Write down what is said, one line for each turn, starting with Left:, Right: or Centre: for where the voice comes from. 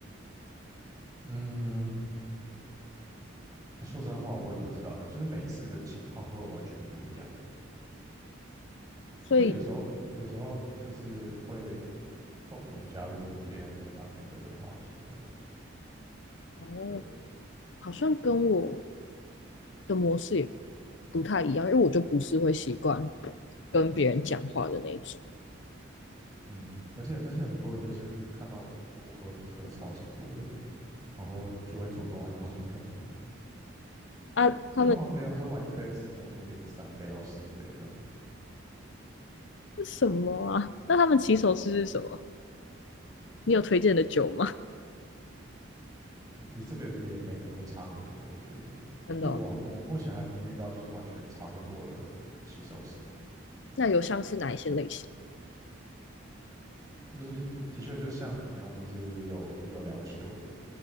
Right: 嗯。说真在话，我也不知道，就是每次的情况会完全不一样。
Left: 所以
Right: 就有时候，有时候就是会共同加入别人跟 bartender 的话题这样。
Left: 哦，
Right: 对，
Left: 好像跟我的模式也不太一样，因为我就不是会习惯跟别人讲话的那种。
Right: 嗯，而且而且很多人就是看到我喝喝超级多的，然后就会主动来跟我聊天。
Left: 啊，他们
Right: 就通常别人喝完一杯的时间，我都点了三杯到四杯这样。
Left: 是什么啊？那他们起手式是什么？你有推荐的酒吗？
Right: 嗯，你这个也每个人都差很多诶，我觉得。
Left: <laughs> 真的哦
Right: 所以我我目前还没有遇到就是完全差不多的起手式。
Left: 那有像是哪一些类型？
Right: 就是的确就像你一样，就是有有聊久的，